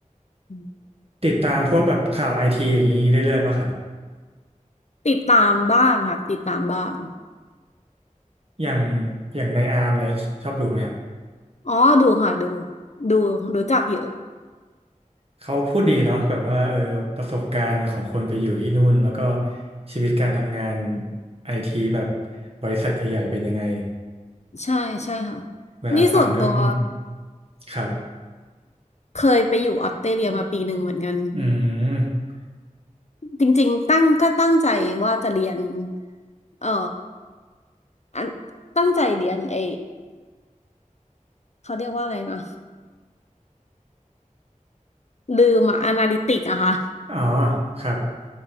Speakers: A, on the left (about 55°); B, on the right (about 45°).
A: อืม
B: ติดตามพวกแบบข่าวไอทีอย่างนี้เรื่อยๆป่ะครับ
A: ติดตามบ้างค่ะติดตามบ้าง
B: อย่างอย่างในอาร์มเนี่ยชอบดูไหมครับ
A: อ๋อดูค่ะดูดูรู้จักอยู่
B: เขาพูดดีเนาะแบบว่าเออประสบการณ์ของคนไปอยู่ที่นู่นแล้วก็ชีวิตการทำงานไอทีแบบบริษัทใหญ่ๆเป็นยังไง
A: ใช่ใช่ค่ะ
B: เวลาฟังก็อืม
A: นี่ส่วนตัว
B: ครับ
A: เคยไปอยู่ออสเตรเลียมาปีหนึ่งเหมือนกัน
B: อืม
A: จริงๆตั้งก็ตั้งใจว่าจะเรียนเอ่ออันตั้งใจเรียนไอเขาเรียกว่าอะไรนะ ลืมอะอนาลิติกอะค่ะ
B: อ๋อครับ